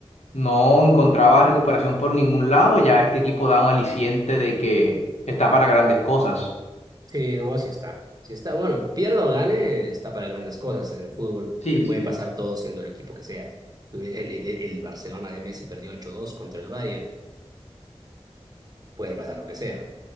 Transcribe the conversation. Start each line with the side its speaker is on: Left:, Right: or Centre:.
Left: no encontraba recuperación por ningún lado, ya este equipo da un aliciente de que está para grandes cosas.
Right: Sí, no, sí está. Sí está. Bueno, pierda o gane, está para grandes cosas en el fútbol.
Left: Sí,
Right: Te puede
Left: sí.
Right: pasar todo siendo el equipo que seas. Tuve- El, el, el- el Barcelona de Messi perdió ocho dos contra el Bayern. Puede pasar lo que sea.